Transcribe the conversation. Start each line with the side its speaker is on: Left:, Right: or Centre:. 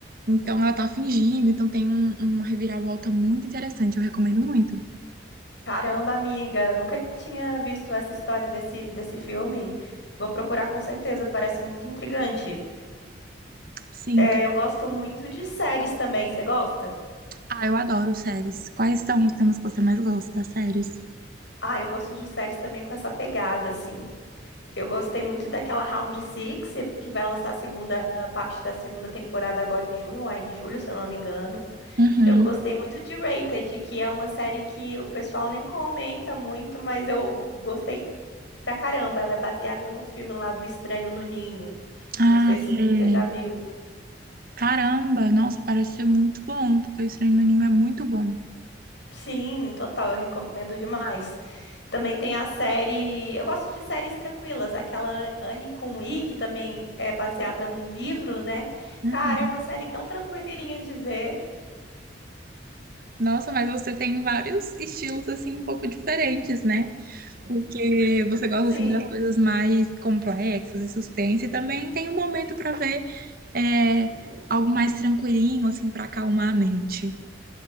Right: Então ela tá fingindo, então tem um, uma reviravolta muito interessante, eu recomendo muito.
Left: Caramba, amiga, eu nunca tinha visto essa história desse, desse filme. Vou procurar com certeza, parece muito intrigante.
Right: Sim,
Left: É,
Right: então.
Left: eu gosto muito de séries também, você gosta?
Right: Ah, eu adoro séries. Quais são os temas que você mais gosta das séries?
Left: Ah, eu gosto de séries também com essa pegada, assim. Eu gostei muito daquela Round Six que vai lançar a segunda a parte da segunda temporada agora em junho, aí em julho, se eu não me engano.
Right: Uhum.
Left: Eu gostei muito de Rated, que é uma série que o pessoal nem comenta muito, mas eu gostei pra caramba. Ela é baseada num filme lá do Estranho no Ninho.
Right: Ah,
Left: Não sei se
Right: sei.
Left: você já viu.
Right: Caramba, nossa, parece ser muito bom, porque o estranho no ninho é muito bom.
Left: Sim, total, eu recomendo demais. Também tem a série. Eu gosto de séries tranquilas, aquela Anne com I, que também é baseada num livro, né?
Right: Uhum.
Left: Cara, é uma série tão tranquilinha de ver.
Right: Nossa, mas você tem vários estilos assim um pouco diferentes, né? Porque você gosta
Left: Sim,
Right: assim das coisas mais complexas e suspense, e também tem um momento para ver é, algo mais tranquilinho assim para acalmar a mente.